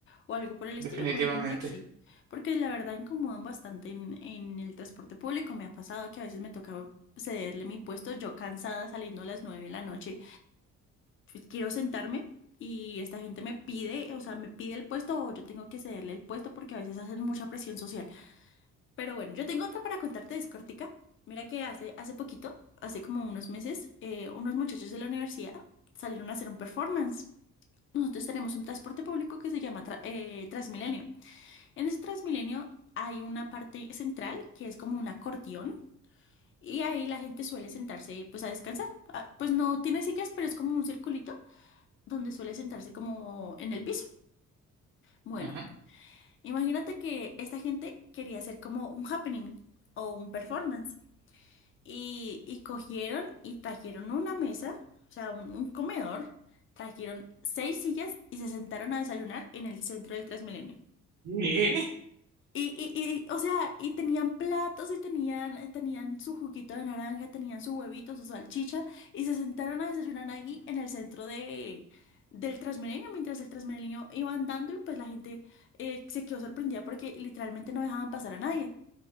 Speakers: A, on the left; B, on the right.
A: o algo por el
B: Definitivamente.
A: estilo, coger un taxi, porque la verdad incomodan bastante en, en el transporte público. Me ha pasado que a veces me toca cederle mi puesto, yo cansada saliendo a las 9 de la noche, pues, quiero sentarme y esta gente me pide, o sea, me pide el puesto o yo tengo que cederle el puesto porque a veces hacen mucha presión social. Pero bueno, yo tengo otra para contarte, es cortica. Mira que hace, hace poquito, hace como unos meses, eh, unos muchachos de la universidad salieron a hacer un performance. Nosotros tenemos un transporte público que se llama tra- eh, Transmilenio. En ese Transmilenio hay una parte central que es como un acordeón y ahí la gente suele sentarse pues a descansar. Ah, Pues no tiene sillas, pero es como un circulito donde suele sentarse como en el piso. Bueno,
B: Ajá.
A: imagínate que esta gente quería hacer como un happening o un performance y, y cogieron y trajeron una mesa, o sea, un, un comedor, trajeron seis sillas y se sentaron a desayunar en el centro del Transmilenio.
B: ¿Eh?
A: Y, y, y, o sea, y tenían platos y tenían, tenían su juguito de naranja, tenían su huevito, su salchicha, y se sentaron a desayunar allí en el centro de, del Transmilenio, mientras el Transmilenio iba andando y pues la gente eh, se quedó sorprendida porque literalmente no dejaban pasar a nadie.